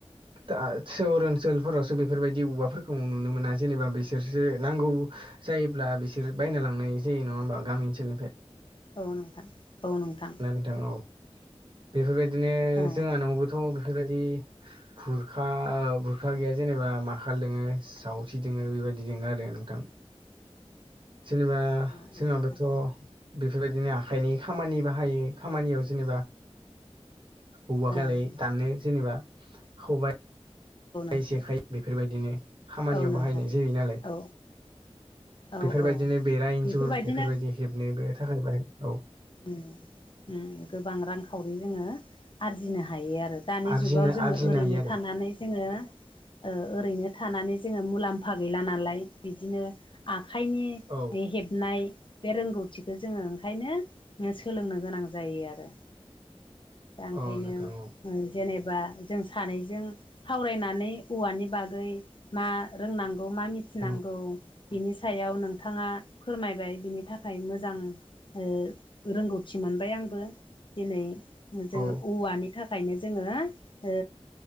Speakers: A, on the right; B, on the left.
A: दा सोहर ओनसोलफोरावसो बेफोरबायदि औवाफोरखौ नुनो मोना जेनेबा बिसोरसो नांगौ जायोब्ला बिसोर बायना लांनाय जायो नङा होमबा गामि ओनसोलनिफ्राय
B: औ नोंथां औ नोंथां
A: ना नोंथां औ बेफोरबायदिनो
B: औ
A: जोंहानावबोथ' बेफोरबायदि बुरखा बुरखा गैया जेनेबा माखाल दोङो जावथि दङो बेबायदि दङो आरो नोंथां
B: <inaudible>
A: जेनिबा
B: औ
A: जोंहाबोथ'
B: नोंथां
A: बेफोरबायदिनो आखाइनि खामानि बाहायो खामानियाव जेनेबा औवलाय
B: औ
A: दाननो जेनेबा खबाइ
B: नोंथां
A: जेखाय बेफोरबायदिनो खामानियाव
B: औ नोंथां
A: बाहायनाय जायो नालाय।
B: औ औ
A: बेफोरबायदिनो
B: औ
A: बेरा इन्जुर
B: बेफोरबायदिनो
A: बेफोरबायदि हेबनोबो थाखाय औ।
B: उम्म उम्म गोबां रांखावरि जोङो आरजिनो हायो आरो। दानि
A: आरजिनो
B: जुगाव जोङो
A: आरजिनो
B: ओरैनो
A: हायो आरो
B: थानानै जोङो ओ ओरैनो थानानै जोङो मुलाम्फा गैला नालाय बिदिनो आखाइनि
A: औ
B: बे हेबनाय बे रोंगौथिखौ जोङो ओंखायनो सोलोंनो गोनां जायो आरो। दा ओंखायनो
A: औ नोंथां औ
B: जेनेबा जों सानैजों सावरायनानै औवानि बागै मा रोंनांगौ मा मिथिनांगौ
A: औ
B: बिनि सायाव नोंथाङा फोरमायबाय बिनि थाखाय मोजां ओ रोंगौथि मोनबाय आंबो दिनै जोङो
A: औ
B: औवानि थाखायनो जोङो ओ